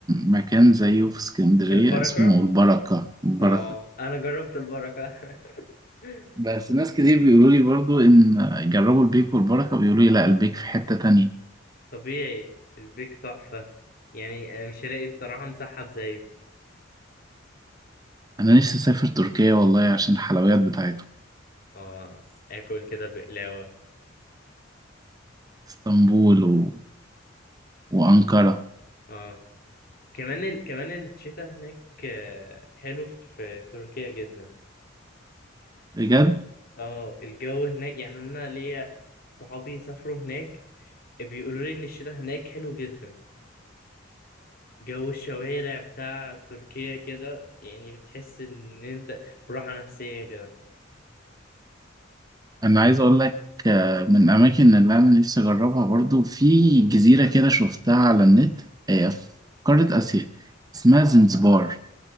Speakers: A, on the right (about 20°); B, on the left (about 50°).
A: مكان زيه في اسكندرية
B: البركة
A: اسمه البركة البركة
B: اه أنا جربت البركة <laughs>
A: بس ناس كتير بيقولوا لي برضو إن جربوا البيك والبركة بيقولوا لي لا البيك في حتة تانية
B: طبيعي البيك تحفة يعني مش هلاقي بصراحة مسحب زيه
A: انا نفسي اسافر تركيا والله عشان الحلويات بتاعتهم
B: اه آكل كده بقلاوة
A: اسطنبول و... وانقرة
B: اه كمان ال... كمان الشتاء هناك آه، حلو في تركيا جدا
A: بجد
B: اه الجو هناك يعني انا ليا صحابي سافروا هناك بيقولوا لي ان الشتاء هناك حلو جدا جو الشوارع بتاع تركيا كده يعني بتحس ان انت براحة نفسية كده
A: انا عايز اقول لك آه، من الاماكن اللي انا نفسي اجربها برضو في جزيرة كده شفتها على النت هي في قارة اسيا اسمها زنزبار